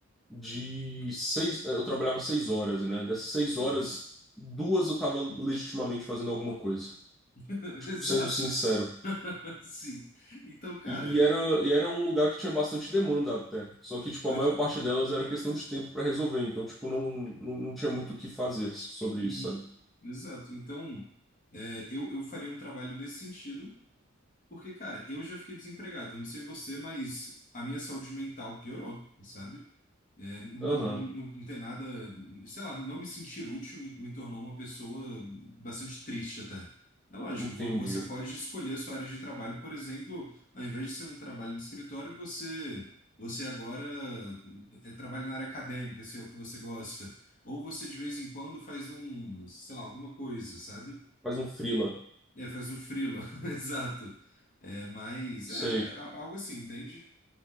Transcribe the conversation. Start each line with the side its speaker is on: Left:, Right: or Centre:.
Centre: de seis, eh, eu trabalhava seis horas, né? Dessas seis horas,
Left: Aham.
Centre: duas eu estava legitimamente fazendo alguma coisa,
Left: <laughs> Exato.
Centre: sendo sincero.
Left: <laughs> Sim. Então, cara.
Centre: E, e era, e era um lugar que tinha bastante demanda até. Só que, tipo,
Left: aham.
Centre: a maior parte delas era questão de tempo para resolver. Então, tipo, não, não, não tinha muito o que fazer sobre
Left: Uhum.
Centre: isso, sabe?
Left: Exato. Então, é, eu, eu faria um trabalho nesse sentido, porque, cara, eu já fiquei desempregado. Não sei você, mas a minha saúde mental piorou, sabe? É, n- n-
Centre: Aham,
Left: n- não, tem nada, sei lá, não me sentir útil me, me tornou uma pessoa bastante triste até. É lógico,
Centre: entendi.
Left: vo- você pode escolher a sua área de trabalho, por exemplo, ao invés de ser um trabalho de escritório, você você agora eh, trabalha na área acadêmica, se é o que você gosta. Ou você de vez em quando faz um, sei lá, alguma coisa, sabe?
Centre: Faz um freela.
Left: É, faz um freela, <laughs> exato. É, mas
Centre: Sei.
Left: é, é a- algo assim, entende?